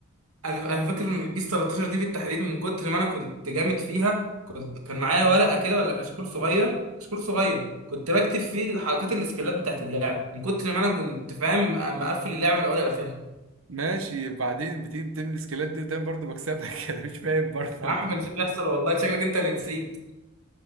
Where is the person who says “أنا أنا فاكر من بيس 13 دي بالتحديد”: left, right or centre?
Right